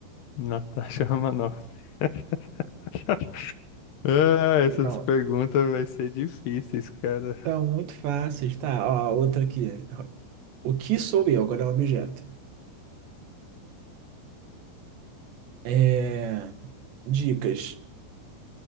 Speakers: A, on the left; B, on the right.
A: Natasha Romanoff. <laughs> Ah,
B: Não,
A: essas perguntas vai ser difíceis, cara.
B: então, muito fáceis. Tá, ó, outra aqui. O que sou eu? Agora é um objeto. É... Dicas.